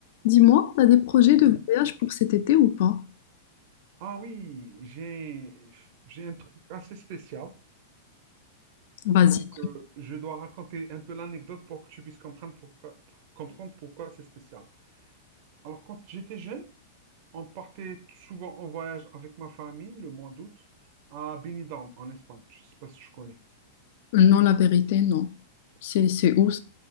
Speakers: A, on the left; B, on the right.
A: Dis-moi, t'as des projets de
B: Hmm.
A: voyage pour cet été ou pas?
B: Ah oui, j'ai j'ai un truc assez spécial.
A: Vas-y.
B: Donc, euh, je dois raconter un peu l'anecdote pour que tu puisses comprendre pourquoi, pour comprendre pourquoi c'est spécial. Alors, quand j'étais jeune, on partait souvent en voyage avec ma famille le mois d'août à Benidorm, en Espagne. Je ne sais pas si tu connais.
A: Non, la vérité, non. C'est, c'est où ça,